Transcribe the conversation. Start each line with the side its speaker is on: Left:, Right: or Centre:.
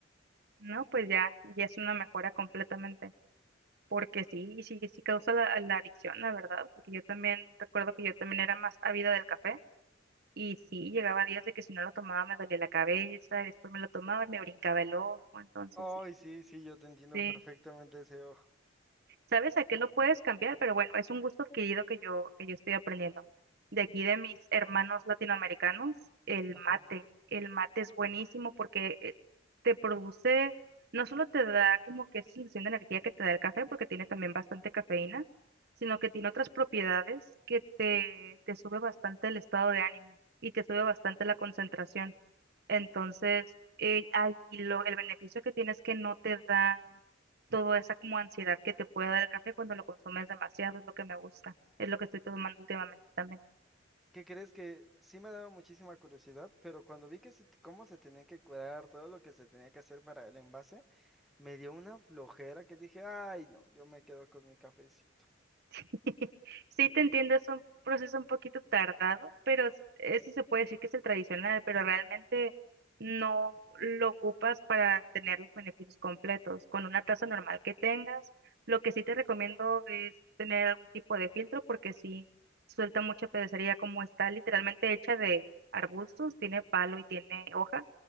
Right: No, pues ya, ya es una mejora completamente. porque sí,
Centre: Sí.
Right: sí, sí causa la, la adicción, la verdad, porque yo también recuerdo que yo también era más ávida del café y sí, llegaba días de que si no lo tomaba me dolía la cabeza, y después me lo tomaba y me brincaba el ojo, entonces
Centre: Ay,
Right: sí,
Centre: sí, sí, yo te entiendo
Right: sí.
Centre: perfectamente ese ojo.
Right: ¿Sabes a qué lo puedes cambiar? Pero bueno, es un gusto adquirido que yo, que yo estoy aprendiendo. De aquí de mis hermanos latinoamericanos, el
Centre: Ajá.
Right: mate. El mate es buenísimo porque eh, te produce, no solo te da como que esa sensación de energía que te da el café, porque tiene también bastante cafeína, sino que tiene otras propiedades que te, te sube bastante el estado de ánimo y te sube bastante la concentración. Entonces, eh, ay, y lo- el beneficio que tienes que no te da toda esa como ansiedad que te puede dar el café cuando lo consumes demasiado, es lo que me gusta, es lo que estoy tomando últimamente también.
Centre: ¿Qué crees que sí me daba muchísima curiosidad, pero cuando vi que se, te- cómo se tenía que curar, todo lo que se tenía que hacer para el envase, me dio una flojera que dije, ay, no, yo me quedo con mi cafecito.
Right: <laughs> Sí, te entiendo, es un proceso un poquito tardado, pero es- ese se puede decir que es el tradicional, pero realmente no lo ocupas para tener los beneficios completos. Con una taza normal que tengas, lo que sí te recomiendo es tener algún tipo de filtro porque sí suelta mucha pedacería como está literalmente hecha de arbustos, tiene palo y tiene hoja,